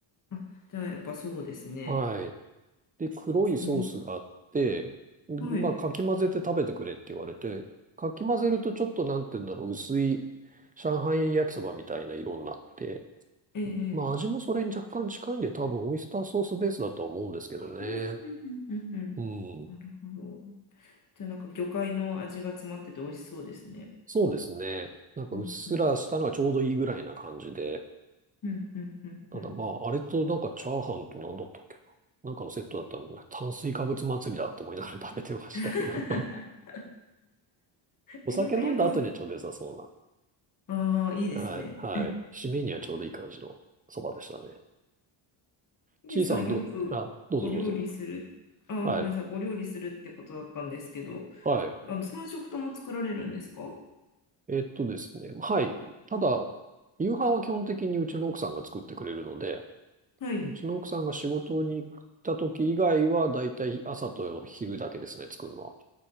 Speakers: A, on the left (about 40°); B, on the right (about 20°).
A: あ、じゃあやっぱそうですね。
B: はい。で、黒いソースがあって、
A: うん、
B: まあ、
A: はい。
B: かき混ぜて食べてくれって言われて、かき混ぜるとちょっとなんて言うんだろう、薄い上海焼きそばみたいな色になって、
A: ええ、
B: まあ、
A: ええ
B: 味もそれに若干近いんで、多分オイスターソースベースだとは思うんですけどね。
A: うんうんうんうんうんなるほど。
B: うん。
A: じゃあなんか魚介の味が詰まってて美味しそうですね。
B: そうですね。なんかうっすらしたのがちょうどいいぐらいな感じで。
A: うんうんうんうんうんうん。
B: ただまあ、あれとなんかチャーハンと何だったっけな。なんかのセットだったんで、炭水化物祭りだと思いながら食べてましたけど。
A: <laughs>
B: <laughs> お酒飲んだ後にはちょうど良さそうな。
A: え、なんかよく、ああ、いいですね。
B: はい、はい。締めにはちょうどいい感じのそばでしたね。
A: ヒデさん、
B: ちいさんはど、
A: よくご料理する、
B: あ、どうぞどうぞ。
A: あー、
B: はい、
A: ごめんなさい、ご料理するってことだったんですけど、
B: はい。
A: あの、3食とも作られるんですか
B: えっとですね。はい。ただ、夕飯は基本的にうちの奥さんが作ってくれるので、
A: はい。
B: うちの奥さんが仕事に行った時以外は、だいたい朝と昼だけですね、作るのは。